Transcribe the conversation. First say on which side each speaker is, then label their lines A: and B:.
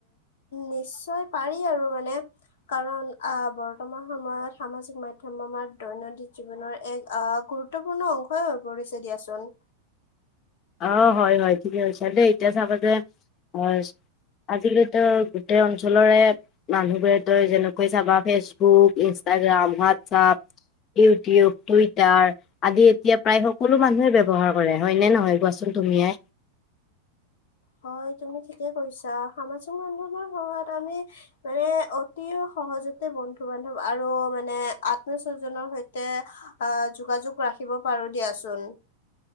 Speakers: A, on the left; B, on the left.
A: নিশ্চয় পাৰি আৰু মানে কাৰণ আহ বৰ্তমান সময়ত সামাজিক মাধ্যম আমাৰ দৈনন্দিন জীৱনৰ এক আহ গুৰুত্বপূৰ্ণ অংশই হৈ পৰিছে দিয়াচোন
B: অ হয় হয় ঠিকে কৈছা দেই এতিয়া চাব যে অ আজি তৰ গোটেই অঞ্চলৰে মানুহবোৰে তই যেনেকৈ চাবা Facebook Instagram WhatsApp YouTube Twitter আদি এতিয়া প্ৰায় সকলো মানুহে ব্যৱহাৰ কৰে হয় নে নহয় কোৱাচোন তুমিয়ে
A: হয় তুমি ঠিকেই কৈছা সামাজিক মাধ্যমৰ সহায়ত আমি মানে অতি সহজতে বন্ধু বান্ধব আৰু মানে আত্মস্বজনৰ সৈতে অহ যোগাযোগ ৰাখিব পাৰো দিয়াচোন